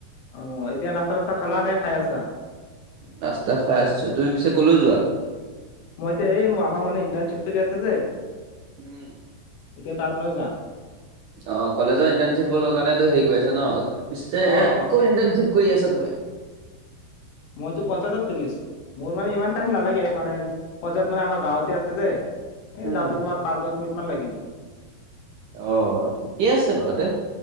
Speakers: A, on the left; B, on the right.
A: অ এতিয়া নাস্তা চাস্তা খালা নে খাই আছা?
B: নাস্তা খাই আছোঁ। তুমি পিছে কলৈ যোৱা?
A: মই এতিয়া এই আমাৰ মানে ইণ্টাৰ্ণশ্বিপ চলি আছে যে।
B: উম
A: এতিয়া তাত মানে যাম।
B: অ কলেজৰ ইণ্টাৰণশ্বিপ কাৰণেটো হেৰি কৰি আছে ন, পিছে
A: অ অ অ
B: ইণ্টাৰশ্বিপ- কৰি আছা তুমি
A: মইতো পঞ্চায়তত কৰি আছোঁ। মোৰ মানে ইমান টাইম নালাগে, মানে পঞ্চায়ত মানে আমাৰ গাঁৱতে আছে যে। এ
B: উম
A: যাওঁতে তোমাৰ পাঁচ - দশ মিনিট মান লাগিব।
B: অ' ঠিকে আছে বাৰু দে।